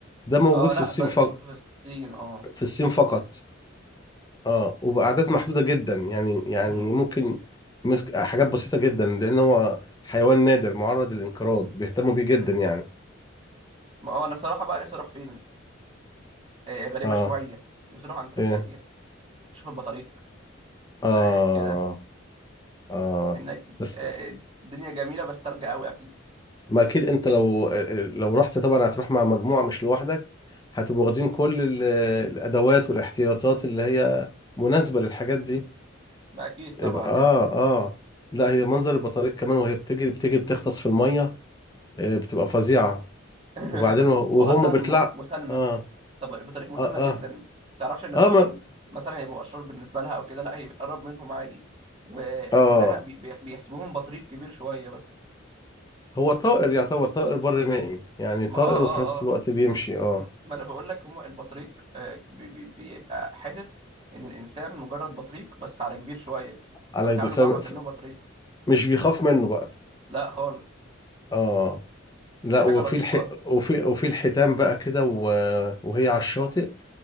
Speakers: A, on the left; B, on the right.
A: ده موجود
B: اه
A: في
B: لا
A: الصين
B: ب...
A: فقط
B: في الصين اه
A: في الصين فقط اه وبأعداد محدودة جدا يعني يعني
B: مم.
A: ممكن مسك حاجات بسيطة جدا لأن هو حيوان نادر معرض للانقراض بيهتموا بيه جدا
B: مم.
A: يعني
B: ما هو انا صراحه بقى نفسي اروح فين آه غريبه
A: اه
B: شويه نفسي اروح انتاركتيكا
A: ايه
B: شوف البطاريق
A: اه
B: آه، كده
A: اه
B: هناك
A: بس
B: آه، الدنيا جميلة بس تلج قوي أكيد
A: ما أكيد أنت لو لو رحت طبعا هتروح مع مجموعة مش لوحدك هتبقوا واخدين كل ال- الأدوات والاحتياطات اللي هي مناسبة للحاجات دي
B: ما أكيد طبعا
A: يبقى اه
B: لازم
A: اه لا هي منظر البطاريق كمان وهي بتجري بتجري بتغطس في المية آه، بتبقى فظيعة
B: <laughs>
A: وبعدين و-
B: وأصلا
A: وهم بيطلع
B: م- مسالمة
A: اه
B: طب بطريقة مسالمة
A: اه
B: جدا
A: اه
B: تعرفش إن البشر
A: اه ما
B: مثلا هيبقوا أشرار بالنسبة لها أو كده لا هي بتقرب منهم عادي ولكنها
A: اه
B: بي- بي- بيحسبوهم بطريق كبير شوية بس
A: هو طائر يعتبر طائر بري مائي يعني
B: ما
A: طائر
B: آه آه
A: وفي نفس
B: آه
A: الوقت بيمشي اه
B: م- ما أنا بقول لك هما البطريق آه، بي- بي- بيبقى حاسس إن الإنسان مجرد بطريق بس على كبير شوية
A: على
B: فبيتعاملوا
A: بيفهم
B: معاه ما كأنه بطريق
A: مش بيخاف منه بقى
B: لا خالص
A: اه لا
B: ودي حاجة
A: وفي
B: لطيفة
A: الح... وفي وفي الحيتان بقى كده و... وهي على الشاطئ